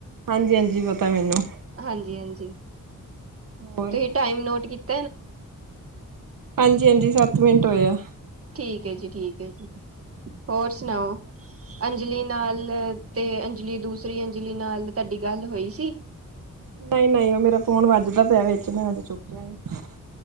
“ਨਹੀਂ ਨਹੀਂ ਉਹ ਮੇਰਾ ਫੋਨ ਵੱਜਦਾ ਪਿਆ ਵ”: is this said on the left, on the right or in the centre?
Right